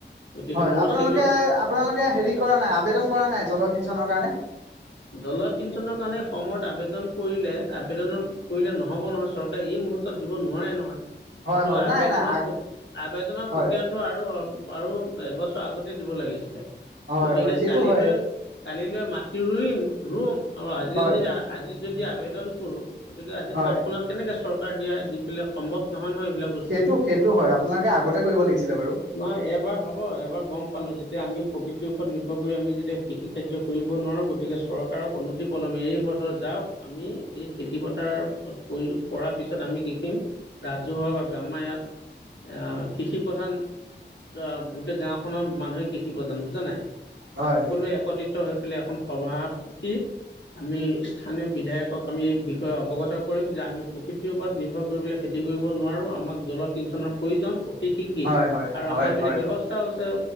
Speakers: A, on the left; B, on the right.
A: গতিকে
B: হয়
A: মোৰ
B: আপোনালোকে
A: চেলো
B: আপোনালোকে হেৰি কৰা নাই আবেদন কৰা নাই জলসিঞ্চনৰ কাৰণে?
A: জলসিঞ্চনৰ কাৰণে সময়ত আবেদন কৰিলে আবেদন কৰিলে নহব নহয় চৰকাৰে এই দিব নোৱাৰে নহয়
B: হয়
A: এইটো
B: হয়
A: আব
B: নাই নাই
A: আবেনৰ
B: হয়
A: প্ৰক্ৰিয়টো আৰু আৰু এবছৰ আগতে দিব লাগিছিলে।
B: হয়
A: গতিকে
B: হয় সেইটো
A: কালিলৈ,
B: হয়
A: কালিলৈ মাটতি ৰুইম ৰুম। আৰু আজি
B: হয়
A: যদি আজি যদি আবেদন কৰো গতিকে আজি
B: হয়
A: তৎক্ষণাত কেনেকে চৰকাৰ দিয়া দি পেলাই সম্ভৱ নহয়। নহয় এইবিলাক বস্তু
B: সেইটো সেইটো হয় আপোনোকে আগতে কৰিব লাগিছিলে বাৰু।
A: নহয় এবাৰ হ'ব এবাৰ গম পালো য যে আমি প্ৰকৃতিৰ ওপৰত নিৰ্ভৰ কৰি আমি যেতিয়া কৃষি কাৰ্য কৰিব নোৱাৰোঁ গতিকে চৰকাৰক অনুতি পলমে এই বছৰ যাওক আমি এই খেতি পথাৰ কৰি কৰাৰ পিছত আমি <unintelligible> আমি কিখিম ৰাজহুৱা বাবে আমাৰ ইয়াত এ কৃষি প্ৰধান <unintelligible> গোটেই গাওঁখনৰ মানুহে কৃষি প্ৰধান বুজা নাই।
B: হয়
A: সকলোৱে একত্ৰিত হৈ পেলাই এখন সভা পাতি আমি স্থানীয় বিধায়কক আমি এই বিষয়ে অৱগত কৰিম যে আমি প্ৰকৃতিৰ ওপৰত নিৰ্ভৰ কৰিবলৈ খেতি কৰিব নোৱাৰোঁ আমাক জলসিঞ্চনৰ প্ৰয়োজন। অতিশীঘ্ৰেই
B: হয় হয়
A: আৰু
B: হয়
A: আমাৰ ইপিনে
B: হয়
A: ব্যৱস্থাও আছে।